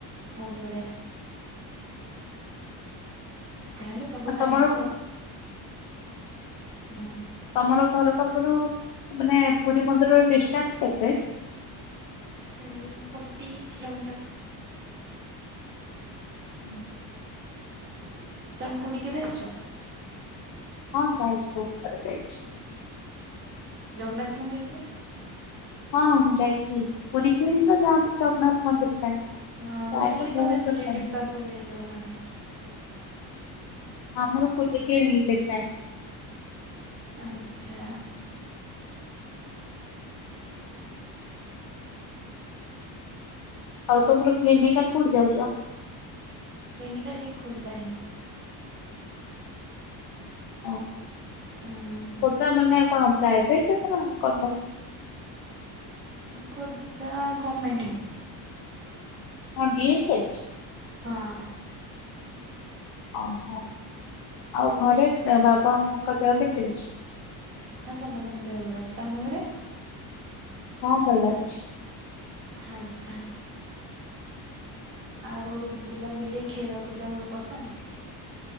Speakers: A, on the right; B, on the left.
A: ବହୁତ ବଢିଆ। ଯାହାହେଲେ ସବୁ
B: ଆ
A: ଖାଇହବ
B: ତମର ହଁ।
A: ଆଉ ହୁଁ
B: ତମର ଘର ପାଖରୁ ମାନେ ପୁରୀ ମନ୍ଦିରର ଡିଷ୍ଟାନ୍ସ କେତେ?
A: ସେଇ ଫୋର୍ଟି କିିଲୋମିଟର୍।
B: <unintelligible>
A: ତମେ ପୁରୀ କେବେ ଆସୁଛ?
B: ହଁ ଯାଇଛି ବହୁତ ଥର ଯାଇଛି।
A: ଜଗନ୍ନାଥ ମନ୍ଦିରକୁ।
B: ହଁ ମୁଁ ଯାଇଛି ପୁରୀ କୁ ହିଁ ତ ଯାଆନ୍ତି ଜଗନ୍ନାଥ ମନ୍ଦିର ପାଇଁ।
A: ହଁ
B: ପ୍ରାୟତଃ
A: ମୁଁ ବୋଲି ତମ
B: ବହୁତ
A: ରିଲେଟିଭ
B: ଥର ଯାଇଛି।
A: ପାଖକୁ ଯାଇଥିବ ମାନେ।
B: ଆମର ପୁରି ରେ କିଏ ରିଲେଟିଭ ନାହିଁ।
A: ଆଚ୍ଛା।
B: ଆଉ ତମର କ୍ଲିନିକାଲ କଉଠି ଯାଉଛ?
A: କ୍ଲିନିକାଲ ଏଇ ଖୋର୍ଦ୍ଧା ହିଁ।
B: ଆଉ।
A: ହୁଁ।
B: ସେଟା ମାନେ କଣ ପ୍ରାଇଭେଟ ନା ଗମେଣ୍ଟ?
A: ଖୋଦ୍ଦା ଗର୍ମେଣ୍ଟ।
B: କ ଡୀ ଏଛ ଚାଲିଚି?
A: ହଁ।
B: ଓହୋ ଆଉ ଘରେ ବାବାଙ୍କ ଦେହ କେମତି ଅଛି?
A: ହଁ ସମସ୍ତଙ୍କ ଦେହ ଭଲ ଅଛି, ତମ ଘରେ?
B: ହଁ ଭଲ ଅଛି।
A: ଆଚ୍ଛା। ଆଉ ବୁଲାବୁଲି ଖେଳକୁଦକୁ ପସନ୍ଦ।